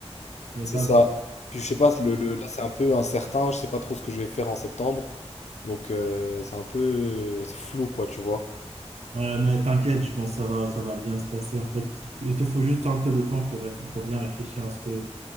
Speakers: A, on the right (about 75°); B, on the left (about 85°).
A: mais
B: c'est
A: ça
B: ça.
A: va.
B: Puis je sais pas, le, le- là c'est un peu incertain, je sais pas trop ce que je vais faire en septembre. Donc euh, c'est un peu euh, c'est flou quoi, tu vois.
A: Ouais, mais t'inquiète, je pense que ça va, ça va bien se passer. En fait, il te faut juste un peu de temps pour, réf- pour bien réfléchir à ce que,